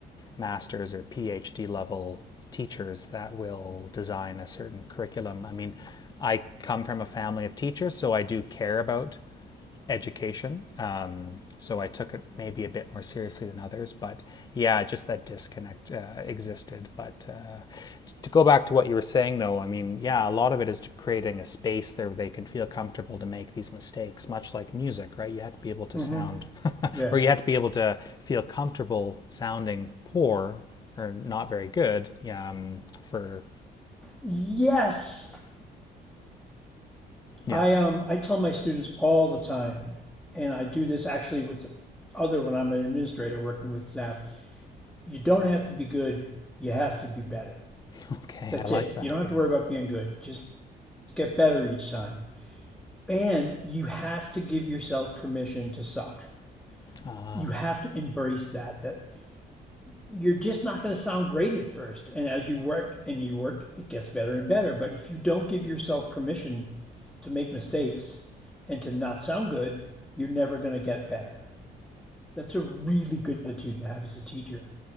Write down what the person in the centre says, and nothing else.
Mm-hmm.
Yeah.
Yes,
I
um I tell my students all the time, and I do this actually with other when I'm an administrator working with staff. You don't have to be good. You have to be better.
That's
it.
You don't have
to worry about being good. Just get better each time. And you have to give yourself permission to suck.
You have to embrace that that you're just not going to sound great at first. And as you work and you work, it gets better and better. But if you don't give yourself permission to make mistakes and to not sound good, you're never going to get better. That's a really good attitude to have as a teacher.